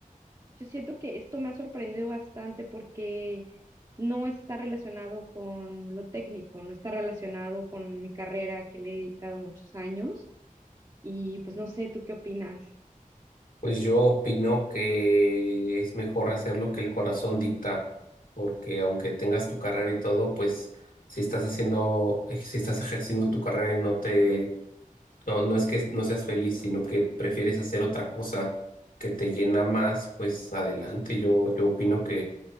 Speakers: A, on the right; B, on the left.
A: yo siento que esto me ha sorprendido bastante porque no está relacionado con lo técnico, no está relacionado con mi carrera que le he dedicado muchos años y pues no sé, ¿tú qué opinas?
B: pues yo opino que es mejor hacer lo que el corazón dicta, porque aunque tengas tu carrera y todo, pues si estás haciendo, eh, si estás ejerciendo tu carrera y no te, no, no es que no seas feliz, sino que prefieres hacer otra cosa que te llena más, pues adelante. Yo, yo opino